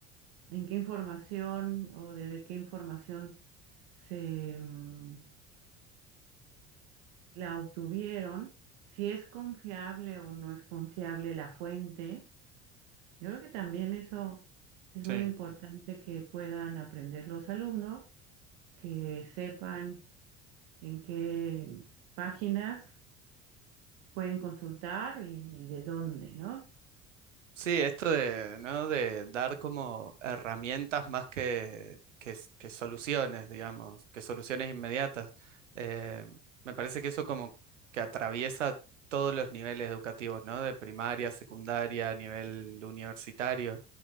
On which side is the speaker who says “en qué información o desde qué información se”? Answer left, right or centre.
Right